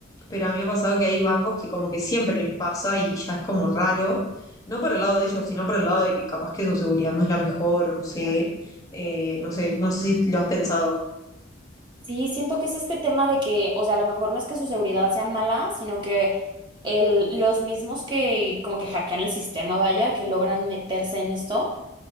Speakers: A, on the left; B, on the right.
A: pero a mí me ha pasado que hay bancos que como que siempre les pasa y ya es como raro, no por el lado de ellos, sino por el lado de que capaz que su seguridad no es la mejor o no sé, eh, no sé, no sé si lo has pensado.
B: Sí, siento que es este tema de que, o sea, a lo mejor no es que su seguridad sea mala, sino que el, los mismos que como que hackean el sistema, vaya, que logran meterse en esto,